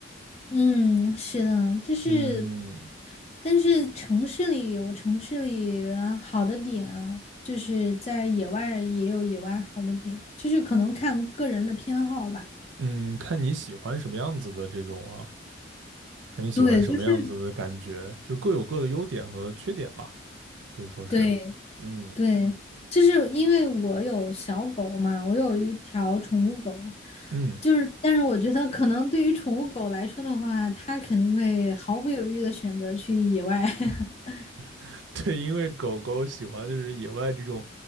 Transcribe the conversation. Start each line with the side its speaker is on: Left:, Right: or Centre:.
Left: 嗯，是的，就是，
Right: 嗯
Left: 但是城市里有城市里好的点啊就是在野外也有野外好的点，就是可能看个人的偏好吧。
Right: 嗯，看你喜欢什么样子的这种啊，看你喜欢什么样子的感觉，
Left: 对，就是
Right: 就是各有各的优点和缺点吧，可以说是。
Left: 对，
Right: 嗯
Left: 对，就是因为我有小狗嘛，我有一条宠物狗，
Right: 嗯，
Left: 就是，但是我觉得可能对于宠物狗来说的话，它肯定会毫不犹豫的选择去野外。<laughs>
Right: <laughs> 对，因为狗狗喜欢就是野外这种，